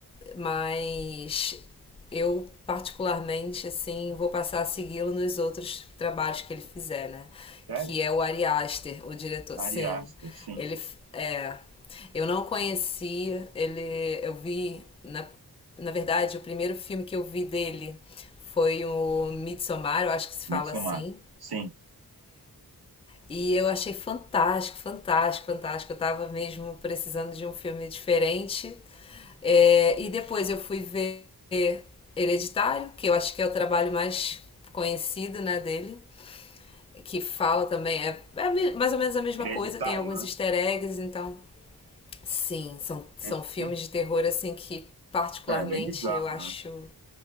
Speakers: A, on the left; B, on the right.
A: mas eu, particularmente, assim, vou passar a segui-lo nos outros trabalhos que ele fizer, né?
B: Sério?
A: Que é o Ari Aster, o diretor. Sim,
B: Ari Aster, sim.
A: ele é. Eu não conhecia, ele. Eu vi, na, na verdade, o primeiro filme que eu vi dele foi o Midsommar, eu acho que se fala
B: Midsommar.
A: assim.
B: Sim.
A: E eu achei fantástico, fantástico, fantástico. Eu tava mesmo precisando de um filme diferente. É, e depois eu fui ver Hereditário, que eu acho que é o trabalho mais conhecido, né, dele, que fala também, é, é mais ou menos a mesma
B: Hereditário,
A: coisa, tem alguns
B: né?
A: easter eggs, então, sim, são, são
B: Esse
A: filmes
B: filme.
A: de terror, assim, que particularmente
B: Ah, é bem bizarro,
A: eu acho,
B: né?